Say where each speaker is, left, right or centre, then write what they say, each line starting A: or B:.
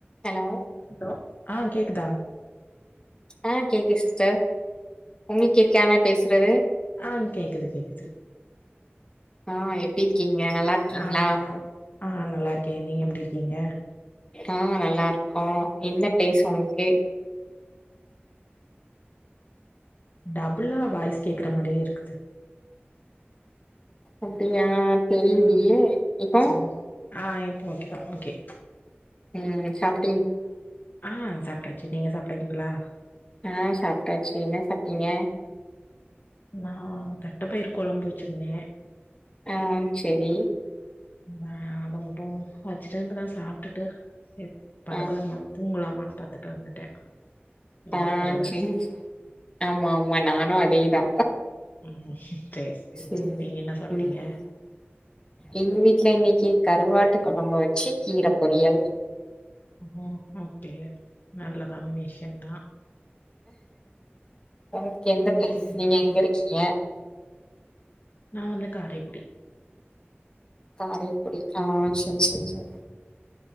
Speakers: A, on the left (about 20°); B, on the left (about 50°).
A: ஹலோ
B: ஹலோ ஆ கேக்குதா
A: ஆ கேக்குது சிஸ்டர் உங்களுக்கு கேக்கா நா பேசுறது
B: ஆ கேக்குது கேக்குது
A: ஆ எப்டிருக்கீங்க நல்லாருக்கீங்களா
B: ஆ நல் ஆ நல்லாருக்கே நீங்க எப்டி இருக்கீங்க
A: ஆ நல்லாருக்கோ என்ன ப்ளேஸ் உங்கள்க்கு
B: டபுள்ளா வாய்ஸ் கேக்குற மாரியே இருக்குது
A: அப்டியா தெரியலையே
B: ஆ
A: இப்போ
B: சரி ஓ ஆ இப்போ ஓகே தா ஓகே
A: ம் சாப்
B: ஆ சாப்ட்டாச்சு நீங்க சாப்ட்டீங்களா
A: ஆ சாப்டாச்சி என்ன சாப்ட்டீங்க
B: நா தட்ட பயிரு கொழம்பு வச்சிருந்தே
A: ஆ சரி
B: ஆ அத மட்டு வச்சுட்டன்ட்டுதா சாப்ட்டுட்டு சே படுக்கலாமான்
A: ஆ
B: தூங்கலாமான் பாத்துட்டு வந்துட்டே கொஞ்ச
A: ஆ
B: நேரோ ரெஸ்ட்
A: சரி ஆமா ஆமா நானு அதேதா
B: ம் சேரி சேரி
A: செரி
B: நீங்க என்ன சாப்ட்டீங்க
A: ம் எங்க வீட்ல இன்னைக்கு கருவாட்டு கொழம்ப வச்சு கீர பொரியல்
B: ஓ ஓகே நல்ல காம்பினேஷன் தா
A: உங்களுக் எந்த ப்ளேஸ்
B: ம்.
A: நீங்க எங்க இருக்கீங்க
B: நா வந்து காரைக்குடி
A: காரைக்குடி ஆ சரி சரி சரி